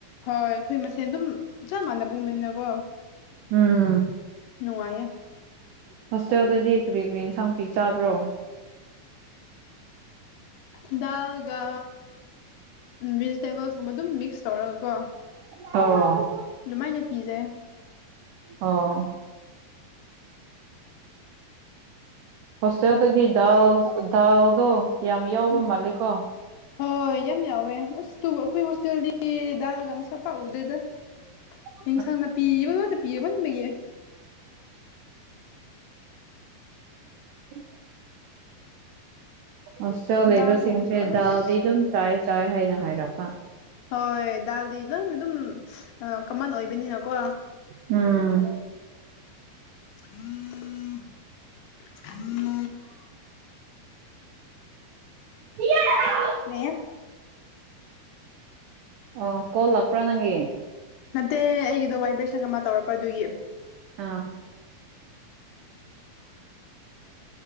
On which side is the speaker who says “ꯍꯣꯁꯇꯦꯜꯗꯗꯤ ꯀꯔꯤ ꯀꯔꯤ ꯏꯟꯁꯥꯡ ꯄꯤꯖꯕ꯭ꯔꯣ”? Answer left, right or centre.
Right